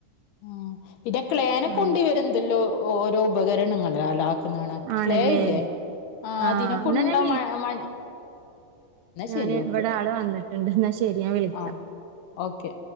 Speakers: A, on the left (about 75°); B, on the right (about 80°).
A: ആ പിന്നെ ക്ലേനക്കൊണ്ടിവരെന്തല്ലോ
B: ആഹ്
A: ഓരോ ഉപകരണങ്ങ <unintelligible>
B: ആണല്ലേ
A: ക്ലേല്ലേ ആ
B: ആഹ്
A: അതിനെക്കൊൺ
B: എന്നാ ഞാൻ
A: മൺ മ
B: ഞാൻ
A: ശരി
B: ഇവടാള്
A: ഓക്കെ
B: വന്ന്ട്ട്ണ്ട് ന്നാ ശെരി ഞാൻ വിളിക്കാ
A: ആഹ് ഓക്കെ